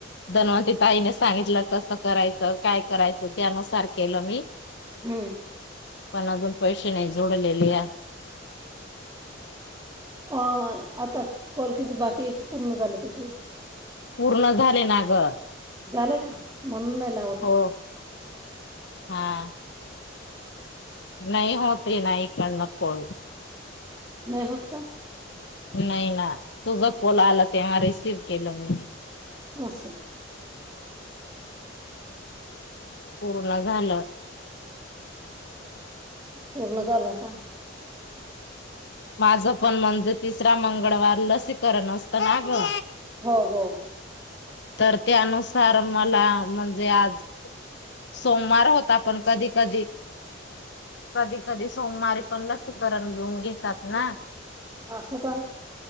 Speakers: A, on the left; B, on the right.
A: धनवंती ताईने सांगितलं, कसं करायचं, काय करायचं, त्यानुसार केलं मी
B: हम्म!
A: मला अजून पैसे नाही जोडलेले.
B: <inaudible> अ आता कॉल किती बाकी आहे का पूर्ण झालं तुझी?
A: पूर्ण झाले ना ग.
B: झालेय का म्हण ला.
A: हो हा. नाही होत नाही करण कॉल.
B: नाही होत का?
A: नाही ना तुझ कोल आला तेव्हा रिसीव केलं मी.
B: असे.
A: पूर्ण झालं.
B: पूर्ण झालं का?
A: माझं पण म्हणजे तिसरा मंगळवार लसीकरण असतं ना ग.
B: हो हो.
A: तर त्यानुसार मला म्हणजे आज सोमवार होता पण कधी कधी कधी कधी सोमवारीे पण लसीकरण घेऊन घेतात ना.
B: असं का